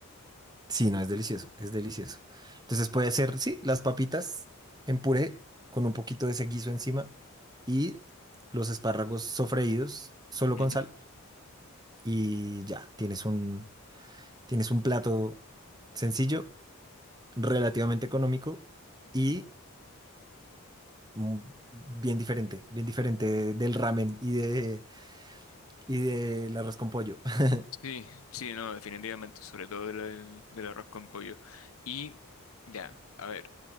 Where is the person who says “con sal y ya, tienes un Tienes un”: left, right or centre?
Right